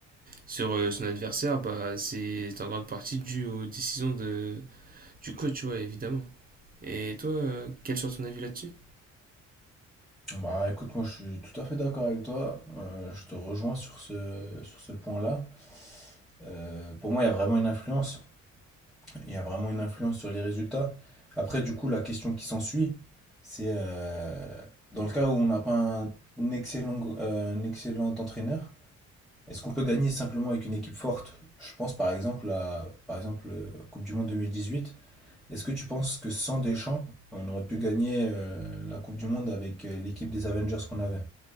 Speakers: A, on the right; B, in the centre.
A: sur euh, son adversaire, bah, c'est en grande partie dû aux décisions de, du coach, ouais, évidemment. Et toi, euh, quel sera ton avis là-dessus?
B: Bah écoute, moi je suis tout à fait d'accord avec toi. Euh, je te rejoins sur ce, sur ce point-là. Euh, pour moi, il y a vraiment une influence. Il y a vraiment une influence sur les résultats. Après, du coup, la question qui s'ensuit, c'est euh, dans le cas où on n'a pas un, excellent, go- euh, un excellent entraîneur, Est-ce qu'on peut gagner simplement avec une équipe forte? Je pense par exemple à par exemple euh, Coupe du Monde 2018. Est-ce que tu penses que sans Deschamps, on aurait pu gagner euh, la Coupe du Monde avec euh, l'équipe des Avengers qu'on avait?